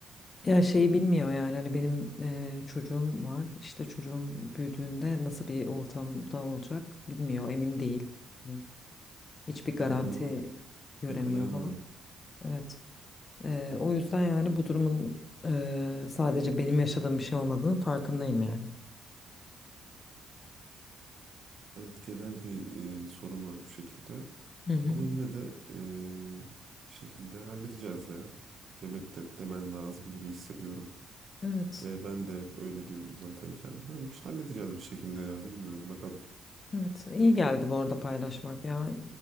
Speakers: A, on the left (about 35°); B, on the right (about 55°).
A: Ya şeyi bilmiyor yani hani benim e, çocuğum var. işte çocuğum büyüdüğünde nasıl bir ortamda olacak bilmiyor, emin değil. E, Hiçbir garanti
B: evet onu
A: göremiyor
B: yakalayamıyor.
A: falan. Evet. Ee, o yüzden yani bu durumun e, sadece benim yaşadığım bir şey olmadığının farkındayım yani.
B: Evet genel bir e, sorun var bu şekilde.
A: Hı hı.
B: Ama yine de eee, bir şekilde halledeceğiz ya. Demek de demen lazım gibi hissediyorum.
A: Evet.
B: Ve ben de hep öyle diyorum zaten kendime. Hani bir şey halledeceğiz bir şekilde ya bilmiyorum bakalım.
A: Evet. İyi geldi bu arada paylaşmak ya.